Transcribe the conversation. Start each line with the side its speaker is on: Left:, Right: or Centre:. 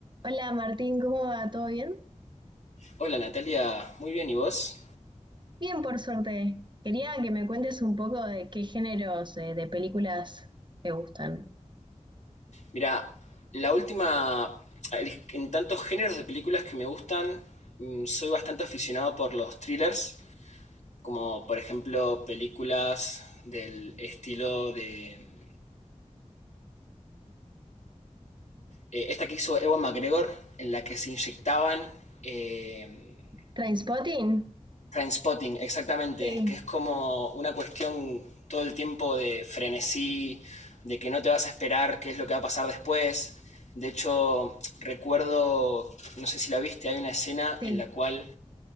Right: Hola Martín, ¿cómo va? ¿Todo bien?
Left: Hola Natalia, muy bien, ¿y vos?
Right: Bien, por suerte. Quería que me cuentes un poco de qué géneros eh, de películas te gustan.
Left: Mira, la última, el- en tantos géneros de películas que me gustan, mm, soy bastante aficionado por los thrillers, como por ejemplo películas del estilo de eh, esta que hizo Ewan McGregor, en la que se inyectaban eh,
Right: ¿Trainspotting?
Left: Trainspotting, exactamente,
Right: Sí,
Left: que es como una cuestión todo el tiempo de frenesí, de que no te vas a esperar qué es lo que va a pasar después. De hecho, recuerdo, no sé si la viste, hay una escena
Right: sí,
Left: en la cual